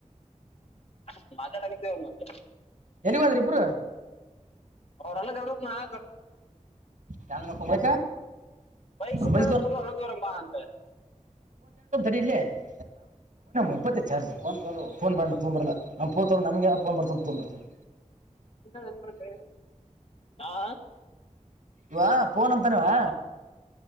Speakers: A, on the left (about 50°); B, on the right (about 75°).
A: ಹ ಮಾತಾಡುತ್ತೇವ ಮಾತ್ರ
B: ಎಲ್ಲಿ ಹೋದ್ರಿ ಇಬ್ರು
A: ಅವ್ರಲ್ಲ ಗ ನಾ
B: ಚೆ ಬ
A: ಬೈಕ್ ಸಿಕ್ಕದ
B: ಬ <inaudible>
A: ತುಳು ಅಲಗೋರ ಬಾ ಅಂತ
B: ಡಿ ಇೇ ಇಪ್ಪ <inaudible> ಚಾರ್ಜ ನ್ ಬಣ ತಂಬರಲ್ಲ ನಮ್ಮ <inaudible> ತ ನಮಗೆಾವ ನ್ ಬರ್ತ ತುಂಬರ್ತ <inaudible>
A: ಹ ನೋಡ್ ಹಾ
B: ಇ ಫೋನ್ ಅಂತಾನವಾ